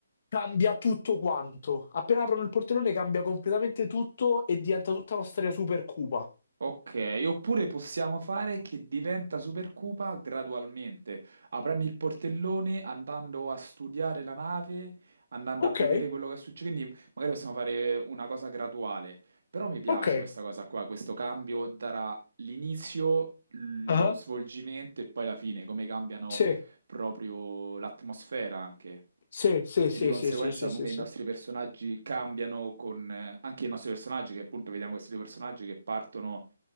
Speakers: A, on the left; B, on the right.
A: Cambia tutto quanto. Appena aprono il portellone cambia completamente tutto e diventa tutta una storia super cupa.
B: Ok, oppure possiamo fare che diventa Supercupa gradualmente, aprendo il portellone, andando a studiare la nave, andando
A: Ok,
B: a vedere quello che succede, quindi magari possiamo fare una cosa graduale, però mi piace
A: ok.
B: questa cosa qua, questo cambio darà l'inizio, lo
A: Ah,
B: svolgimento e poi la fine, come cambiano
A: Sì,
B: proprio l'atmosfera anche.
A: sì, sì,
B: E
A: sì,
B: di conseguenza
A: sì, sì, sì,
B: come
A: sì, sì.
B: i nostri personaggi cambiano con eh, anche i nostri personaggi, che appunto vediamo questi due personaggi che partono